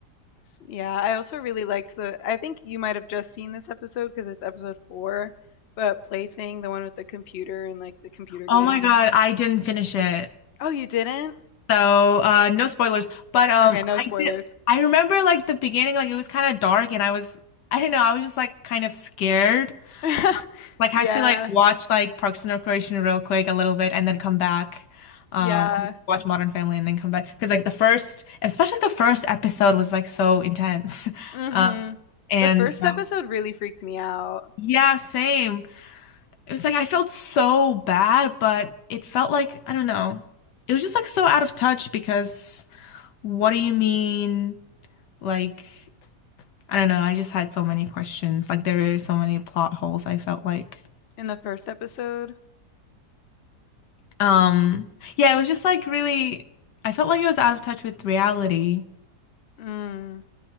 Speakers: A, on the left (about 60°); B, on the left (about 85°).
A: S- Yeah, I also really liked the. I think you might have just seen this episode because it's episode four, but Plaything, the one with the computer and like the computer game.
B: Oh my God, I didn't finish it.
A: Oh, you didn't?
B: So, uh, no spoilers, but um,
A: Okay, no spoilers.
B: I did. I remember like the beginning, like it was kind of dark, and I was, I don't know, I was just like kind of scared.
A: <laughs>
B: So, like, had
A: Yeah,
B: to like watch like Parks and Recreation real quick a little bit, and then come back. Um,
A: yeah.
B: or watch Modern Family and then come back because like the first, especially the first episode was like so intense. <laughs>
A: Mm-hmm.
B: Um, and
A: The first
B: uh,
A: episode really freaked me out.
B: yeah, same. It was like I felt so bad, but it felt like I don't know. It was just like so out of touch because. What do you mean? Like, I don't know. I just had so many questions. Like, there were so many plot holes, I felt like.
A: In the first episode,
B: Um, yeah, it was just like really, I felt like it was out of touch with reality.
A: mm,